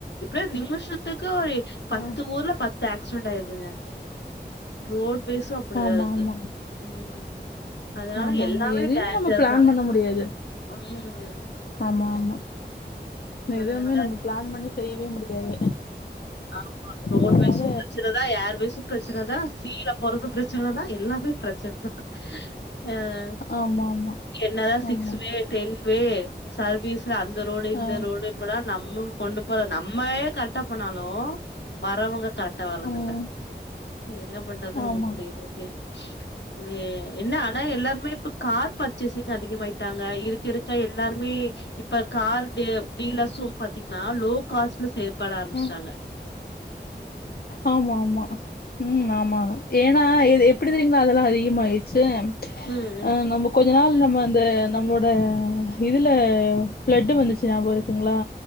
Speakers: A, on the left (about 75°); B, on the left (about 60°).
A: இப்றே நிம்ஷத்க் கோழி பத்து
B: ஆ
A: ஊர்ல பத் த்த ஆக்ஸ்ரண்டாய்ர்ங்க ரோட்வேஸ் அப்டிதா
B: ஆமா
A: இருக்கு
B: ஆமா
A: ம் அதனால
B: ஆமாங்க
A: எல்லாமே
B: எதையுமே
A: டேஞ்சர்
B: நம்ம பிளான்
A: தா
B: பண்ண முடியா
A: ம்
B: ஆமா ஆமா எதுவுமே
A: அதனால
B: நம்ம பிளான் பண்ணி செய்யவே முடியாது
A: ஆமா ரோட்வேஸ்
B: அதனால
A: பிரசனதா ஏர்வேஸ் பிரசனதா சீல போறது பிரசனதா எல்லாமே பிரச்சன ஆஹ்
B: ஆமா ஆமா
A: என்னதான் சிக்ஸ்
B: ஆமா
A: way ten way sir piece த அந்த ரோடு இந்த
B: ஆ
A: ரோடு இப்பதா நம்ம கொண்டு போற நம்மயே கரெட்டா போண் நாலு வரங்க கரெக்டா வர்றது
B: ம்
A: இல்ல என்ன பண்றது ஒண்ணு
B: ஆமா
A: புரியல மே என்ன அன எல்லாருமே இப்ப கார் பர்ச்சேசிங் அதிகமாயிட்டாங்க இருக் இருக்க எல்லாருமே இப்ப கார் தேவ் டீலஸ்ம் பாத்தீங்னா லோ காஸ்ட்ல செயற்பட ஆர
B: ம்
A: சல
B: ஆமா ஆமா உம் ஆமா ஏன்ன இது எப்டி தெரியுங்ள அதெல்லா அதிகமாயிர்சி
A: ம் ம்
B: ஆஹ் நம்ம கொச் கொஞ்ச நாள் நம்ம வந்து நம்மோட இதில ப்ளட்டு வந்துச்சி ஞாபகஇருக்குங்களா